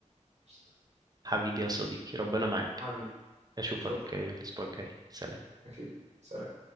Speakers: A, on the right; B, on the right.
A: قشطة.
B: حبيبي يا صديقي ربنا معاك
A: حبيبي
B: أشوفك
A: شكرا
B: آه، الأسبوع الجاي سلام
A: اكيد سلام